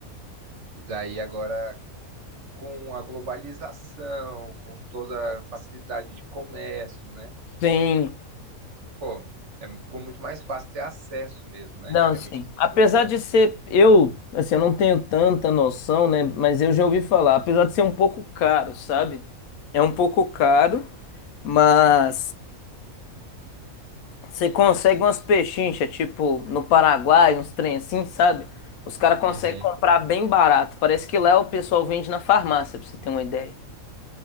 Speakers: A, on the right; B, on the left.
A: E daí agora com a globalização, com toda a facilidade de comércio, né?
B: Sim,
A: Pô, é, ficou muito mais fácil ter acesso mesmo, né?
B: não,
A: Antigamente
B: sim.
A: as pessoas.
B: Apesar de ser, eu, assim, eu não tenho tanta noção, né? Mas eu já ouvi falar, apesar de ser um pouco caro, sabe? É um pouco caro, mas Você consegue umas pechinchas, tipo, no Paraguai, uns trem assim, sabe? Os caras conseguem
A: Uhum.
B: comprar bem barato. Parece que lá o pessoal vende na farmácia, pra você ter uma ideia.